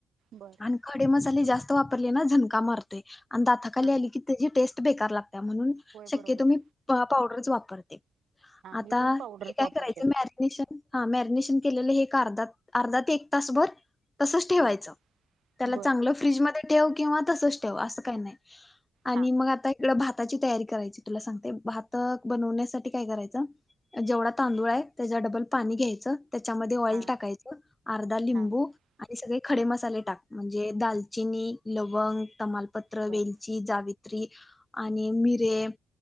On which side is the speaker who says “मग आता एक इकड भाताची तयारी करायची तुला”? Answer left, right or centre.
Left